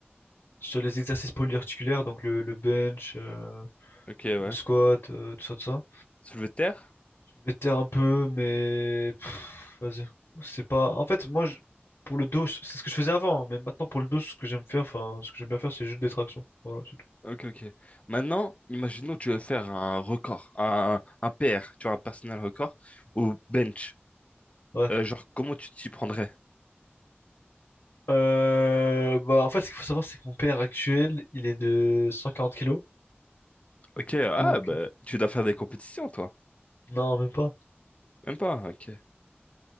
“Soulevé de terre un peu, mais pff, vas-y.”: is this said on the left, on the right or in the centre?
Left